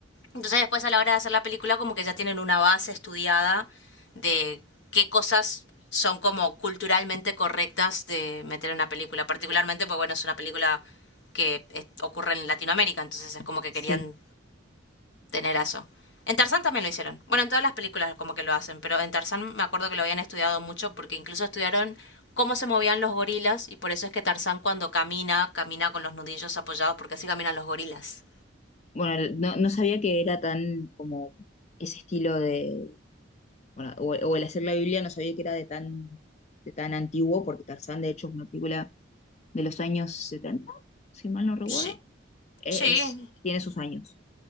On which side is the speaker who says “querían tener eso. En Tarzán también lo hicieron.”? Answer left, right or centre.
Left